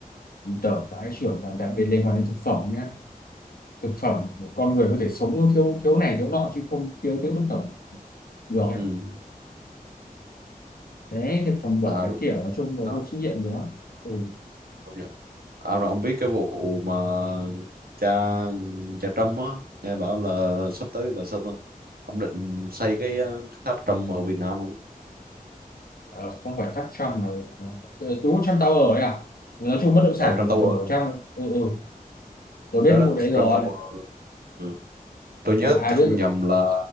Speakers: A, on the left (about 75°); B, on the right (about 80°).
A: tờ phải trưởng và đặc biệt liên quan đến thực phẩm nhé thực phẩm con người có thể sống thiếu thiếu này thiếu nọ chứ không thiếu thiếu thực phẩm được
B: ừ.
A: đấy cái phòng bệnh
B: à
A: cái
B: đúng
A: kiểu nói chung là
B: đó,
A: vô trách nhiệm nữa ừ.
B: đó. ông ông biết cái vụ mà cha cha Trâm á nghe bảo là sắp tới là sao ta ông định xây cái ờ, cái tháp Trump ở Việt Nam luôn
A: Ờ, không phải tháp Trump mà ừ, đúng Trump Tower ấy à Ừ, nói chung bất động sản
B: ở Trump
A: là
B: Tower
A: chỗ
B: á.
A: trong ừ ừ tôi biết
B: đó
A: cái
B: đó
A: vụ đấy rồi
B: Trump Tower ừ. tôi nhớ
A: à,
B: tôi
A: ai biết
B: không
A: rồi.
B: nhầm là